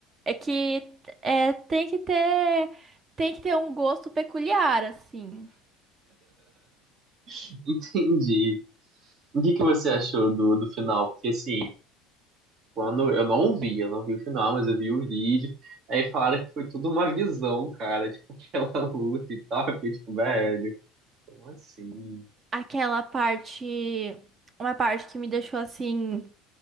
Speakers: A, on the right (about 35°); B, on the right (about 55°).
A: É que é, tem que ter, tem que ter um gosto peculiar, assim.
B: <laughs> Entendi. O que que você achou do, do final? Porque assim, quando eu não vi, eu não vi o final, mas eu vi o vídeo, aí falaram que foi tudo uma visão, cara, tipo, <laughs> aquela luta e tal, eu fiquei tipo, velho, como assim?
A: aquela parte, uma parte que me deixou assim